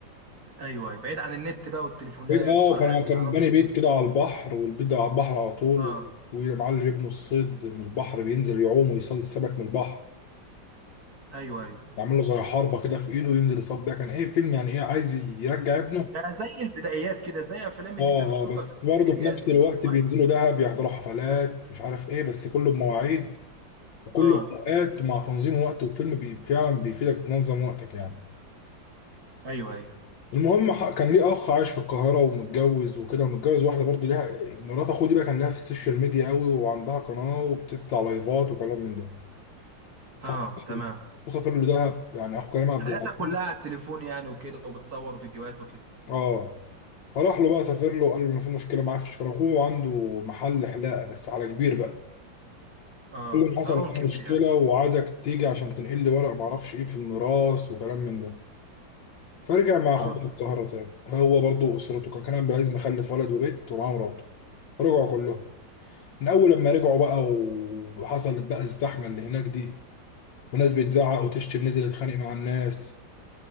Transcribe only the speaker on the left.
بيت اه
كان
كان
باني بيت كده على البحر والبيت ده على البحر على طول
و- ويا معلم يبنوا الصيد من البحر بينزل يعوم ويصيد السمك من البحر
يعمل له زي حربه كده في ايده ينزل يصطاد بيها كان ايه فيلم يعني ايه عايز يرجع ابنه
اه
اه بس
برضه
في نفس الوقت
بينزلوا
دهب يحضروا حفلات مش عارف ايه بس كله بمواعيد وكله
بأوقات ومع تنظيم وقت وفيلم بي فعلا بيفيدك تنظم وقتك يعني
المهم ح- كان ليه اخ عايش في القاهره ومتجوز وكده ومتجوز واحده برضو ليها مرات اخوه دي بقى كان لها في السوشيال ميديا قوي وعندها قناه وبتطلع لايفات وكلام من ده فاخوه
سافر له دهب يعني اخو كريم عبد
العزيز
اه فراح له بقى سافر له وقال له ان في مشكله معاه في الشغل اخوه عنده محل حلاقه بس على كبير بقى
قال له إن
حصل معايا
مشكله
وعايزك تيجي عشان تنقل لي ورق معرفش ايه في الميراث وكلام من ده فرجع مع
اخوه القاهره تاني هو برضو اسرته كان كريم عبد العزيز مخلف ولد وبيت ومعاه مراته رجعوا كلهم من اول لما رجعوا بقى و- وحصلت بقى الزحمه اللي هناك دي وناس بتزعق وتشتم نزل يتخانق مع الناس